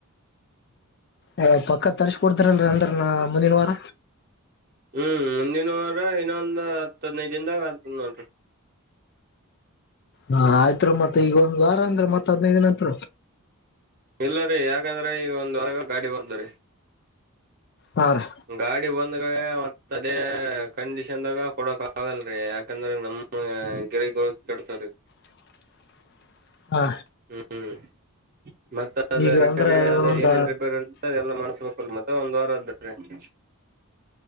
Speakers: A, on the left; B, on the right.
A: ಅ ಪಕ್ಕದ ತರ್ಸ್ಕೊಡ್ದಾರಲ್ರ ಅಂದ್ರ ನ ಮುಂದಿನ ವಾರ.
B: ಹ್ಮ್ ಮುಂದಿನ್ವಾರ ಇನ್ನೊಂದ್ ಹತ್ ಹದ್ನೈದ ದಿನದ ಆ ನೋಡ್ರಿ.
A: ಹಾ ಆಯ್ತ್ ಮತ್ತತ್ ಈಗ ಒಂದ್ ವಾರ ಅಂದ್ರ ಮತ್ ಹದ್ನೈದಿನತ್.
B: ಇಲ್ಲರರಿ ಯಾಕಂದ್ರೆ ಈಗ ಒಂದ್ಗ ಗಾಡಿ ಬರ್ದ್ರಿ.
A: ಹಾ ರೀ
B: ಗಾಡಿ ಬಂದ್ಗಡೇ ಮತ್ತ ಅದೇ ಕಂಡೀಷನ್ದಾಗ ಕೊಡೊಕಾಗಳ್ರಿ ಯಾಕಂದ್ರೆ ನಮ್ ಗಿರಿ ಕೆಡತಾರೀ. ಹ.
A: <inaudible> ಹಾ.
B: ಹ್ಮ್ ಮತ್ತ ಅದ
A: ಈಗ
B: ರಿಪೇರ್
A: ಅಂದ್ರ
B: ಆ
A: ಒಂದ
B: ಏನೇನ್ ರಿಪೇರ್ ಎಲ್ಲ ಮನ್ಸ್ಬೇಕಲ್ ಮತ್ತೆ ಒಂದ್ ವಾರ ಆದದ್ರೀ. <inaudible>